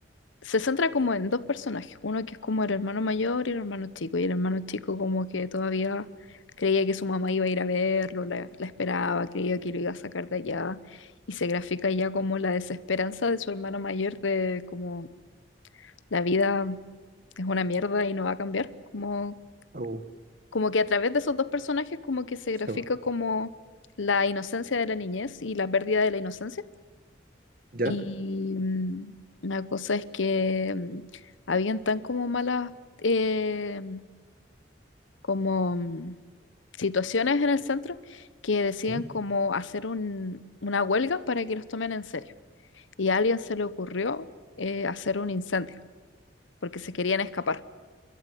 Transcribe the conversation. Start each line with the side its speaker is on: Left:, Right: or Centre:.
Left: se centra como en dos personajes, uno que es como el hermano mayor y el hermano chico, y el hermano chico como que todavía creía que su mamá iba a ir a verlo, la, la esperaba, creía que lo iba a sacar de allá, y se grafica ya como la desesperanza de su hermano mayor de como la vida es una mierda y no va a cambiar, como,
Right: Uh,
Left: como que a través de esos dos personajes como que se grafica
Right: se va.
Left: como la inocencia de la niñez y la pérdida de la inocencia.
Right: ¿Ya?
Left: Y mm, la cosa es que mm, habían tan como malas eh, como mm, situaciones en el centro que decían
Right: ¿Mm?
Left: como hacer un- una huelga para que los tomen en serio. Y a alguien se le ocurrió eh, hacer un incendio porque se querían escapar.